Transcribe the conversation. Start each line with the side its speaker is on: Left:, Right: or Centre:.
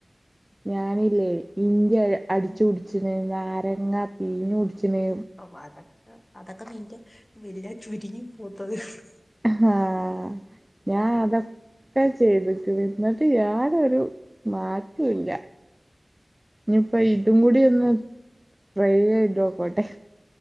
Right: ഞാനില്ലേ ഇഞ്ചി അടിച്ചു
Left: ഉം
Right: കുടിച്ചിന് നാരങ്ങ പീഞ്ഞു കുടിച്ചിന്
Left: ഓഹ് അതൊക്കെ നിന്റെ എല്ലാം ചുരുങ്ങി പോത്തതെയുള്ളൂ
Right: ആഹ് ഞാൻ അതൊകെ ഒക്കെ ചെയ്തിക്ക്‌ണ് ഇന്നിട്ട് ഞാനൊരു മറ്റോല്ല ഇഞ്ഞിപ്പ ഇതും കൂടി
Left: ഉം
Right: ഒന്ന് ട്രൈ ചെയ്തോക്കട്ടെ